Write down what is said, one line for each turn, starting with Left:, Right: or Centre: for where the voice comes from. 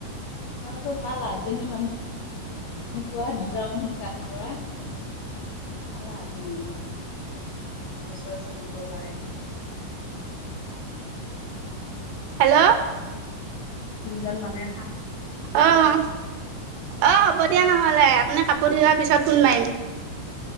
Left: তোমালোকৰ ভাল আঠজনী মানুহ। <inaudible> ম কোৱা দুটা মানুহ কাম কৰা ভাল আৰু তেনেকুৱা। <inaudible> খৰচ চলিব পাৰে। <inaudible>
Right: হেল্ল'।
Left: তিনিজন মানে
Right: অঁ অ হ'ব দিয়া নহ'লে আপুনি কাপোৰ ধুই অহাৰ পিছত ফোন মাৰিম।